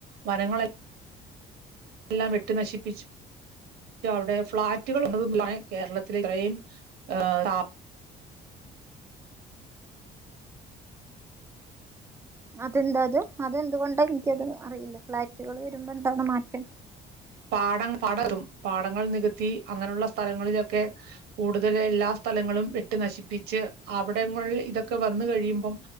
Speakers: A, on the right; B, on the right.
A: വനങ്ങ എല്ലാം വട്ടു നശിപ്പിച്ചു അവിടെ ഫ്ളാറ്റുകൾതും കേരളത്തി ഇത്രയും <unintelligible>
B: അതെന്താത് അതെന്തുകൊണ്ടാ എനിക്കത് അറിയില്ല ഫ്ലാറ്റുകൾ വരുമ്പോ എന്താണ് മാറ്റം
A: പാടം <unintelligible> പാടങ്ങൾ നികത്തി അങ്ങനെയുള്ള സ്ഥലങ്ങളിലൊക്കെ കൂടുതൽ എല്ലാ സ്ഥലങ്ങളും വെട്ടി നശിപ്പിച്ച് അവിടങ്ങളിൽ ഇതൊക്കെ വന്ന കഴിയുമ്പം